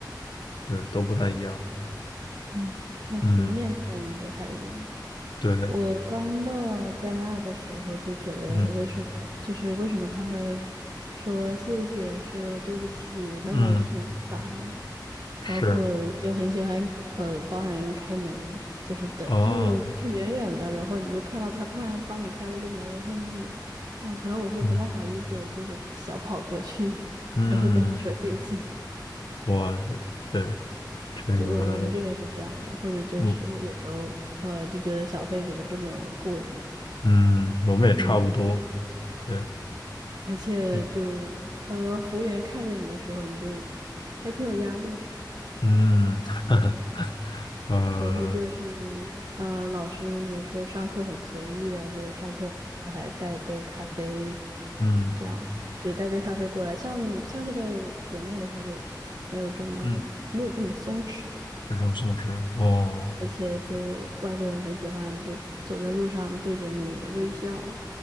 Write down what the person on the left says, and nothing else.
对，都不太一样。
嗯，对，
嗯
嗯，是，
哦，
嗯
嗯，
我对这个。
嗯，嗯，我们也差不多。
对，
嗯
嗯，<laughs> 呃，
嗯
嗯，这种松弛哦，